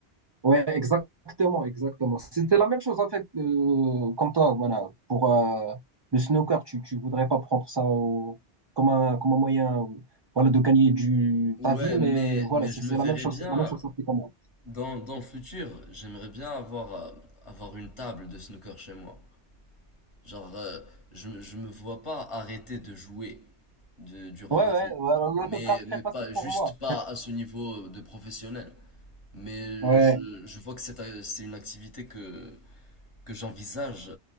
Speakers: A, on the right (about 35°); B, on the left (about 25°).
A: Ouais, exactement, exactement. C'était la même chose avec euh, comme toi, voilà. Pour euh, le snooker, tu tu voudrais pas prendre ça au- comme un comme un moyen, euh, voilà, de gagner du
B: Ouais,
A: ta vie, mais
B: mais,
A: voilà,
B: mais
A: c'est
B: je
A: c'est
B: me verrais
A: la même chose,
B: bien,
A: c'est la même chose applique à moi.
B: dans, dans le futur, j'aimerais bien avoir, euh, avoir une table de snooker chez moi. Genre, euh, je, me- je me vois pas arrêter de jouer de- durant
A: Ouais,
B: ma
A: ouais,
B: vie.
A: voilà, là,
B: Mais,
A: ça sera très
B: mais
A: facile
B: pas,
A: pour
B: juste
A: moi.
B: pas à ce niveau de professionnel. Mais
A: Ouais,
B: je, je vois que c'est c'est une activité que, que j'envisage